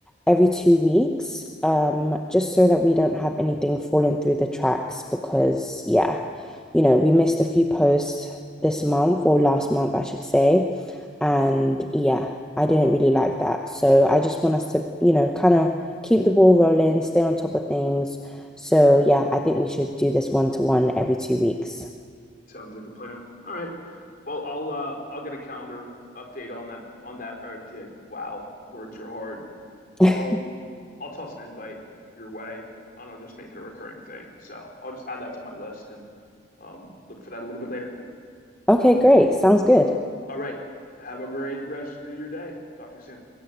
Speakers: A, in the centre; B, on the left.
A: every two weeks, um, just so that we don't have anything falling through the tracks because yeah, you know, we missed a few posts this month or last month, I should say. And yeah, I didn't really like that. So I just want us to, you know, kind of keep the ball rolling, stay on top of things. So yeah, I think we should do this one to one every two weeks.
B: Sounds like a plan. All right. Well, I'll uh I'll get a calendar update on that on that or update. Wow, words are hard.
A: <laughs>
B: I'll I'll toss an invite your way and I'll just make it a recurring thing. So I'll just add that to my list and um look for that a little bit later.
A: Okay, great. Sounds good.
B: All right. Have a great rest of your day. Talk to you soon.